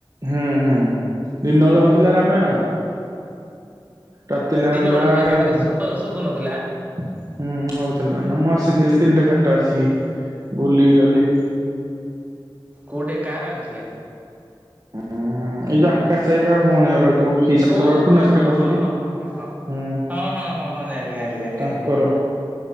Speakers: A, on the right (about 40°); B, on the right (about 20°).
A: ହୁଁ ହୁଁ ଦିନ ବେଳେ ହଉଥିଲା ରାମାୟଣ। ରାତି ବେଳା
B: ଦିନ
A: ହେଲା
B: ବେଳେ ହଉଥିଲା
A: <unintelligible>
B: କାହିଁ ତ କିଛି ଶୁଭ ଶୁଭୁନଥିଲା
A: ହଉଥିଲା ନା ମୁଁ ଆସିଥିଲି। ତିନିଟା ଚାରିଟା ଆସିକି ବୁଲିକି ଗଲି।
B: କୋଉଠି କାର ଆଣିଥିଲେ?
A: ହୁଁ ଏଇ ଯୋଉ ଆକାଶ ଭାଇ ତା ଭୋଉଣୀ ଘର ଏ ଯୋଉ କି ସାର୍
B: ଓ
A: ତୋର ଟୁନା
B: ହୋ
A: ସାର୍
B: ହୋ
A: କହୁଛନ୍ତି।
B: ହଁ ହଁ ହଁ ହଁ ହଁ ହଁ ହଁ।
A: ହୁଁ
B: ହଁ ହଁ ହଁ ଯାଇଲି ଯାଇଲି ଯାଇଲି
A: ତାଙ୍କର
B: ଯାଇଲି।